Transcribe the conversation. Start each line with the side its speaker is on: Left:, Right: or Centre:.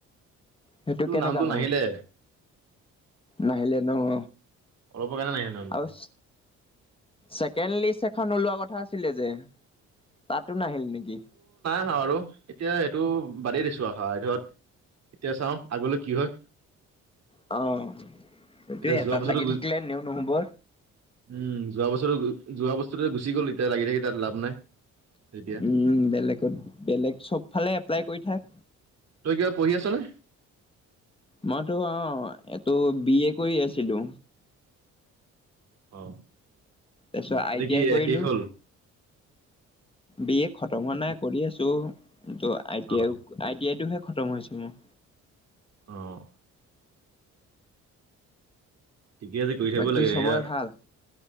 Left: সেইটো
Right: এইটো
Left: কেনেকা
Right: নামটো
Left: হ'ল
Right: নাহিলে।
Left: নাহিলে নহ
Right: অলপৰ কাৰণে নাহিলে নামটো
Left: আৰু ছেকেণ্ড লিষ্ট এখন ওলোৱা কথা আছিলে যে, তাতো নাহিল নেকি?
Right: চাও আৰু এতিয়া সেইটো বাদেই দিছো আশা এতিয়া চাও আগলৈ কি হয়?
Left: অ। সেইটোয়ে
Right: এতিয়া
Left: এটাত
Right: যোৱা বস্তুটো,
Left: লাগি থাকিলে এনেও নহ'ব
Right: উম যোৱা বস্তু যোৱা বস্তুটো গুচি গ'ল এতিয়া লাগি থাকি তাত লাভ নাই। যেতিয়া
Left: উম, বেলেগত বেলেগ চব ফালে এপ্লাই কৰি থাক।
Right: তই কিবা পঢ়ি আছ নে?
Left: মইতো অ এইটো বি এ কৰি আছিলো।
Right: অ।
Left: তাৰ পিছত আই
Right: এতিয়া
Left: টি
Right: কি
Left: আই কৰিলো।
Right: শেষ হ'ল
Left: বি এ খটম হোৱা নাই কৰি আছো, ত I T
Right: uh
Left: I I T আইটোহে খতম হৈছে মোৰ।
Right: আহ। ঠিকে আছে কৰি থাকিব
Left: বাকী
Right: লাগে
Left: চবৰে
Right: এয়া
Left: ভাল